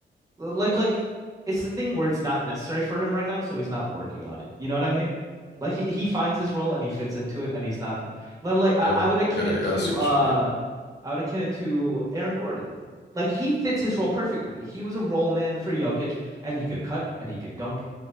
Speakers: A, on the right; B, on the left.
A: like like it's the thing where it's not necessary for him right now, so he's not working on it. You know what I mean? Like he, he finds his role and he fits into it and he's not like like,
B: Yeah,
A: I, I would akin
B: yeah,
A: it
B: yeah,
A: to
B: I see what
A: uh
B: you mean.
A: I would akin it to Aaron Gordon. Like he fits his role perfectly. He was a role man for Jokic and he could cut and he could dunk.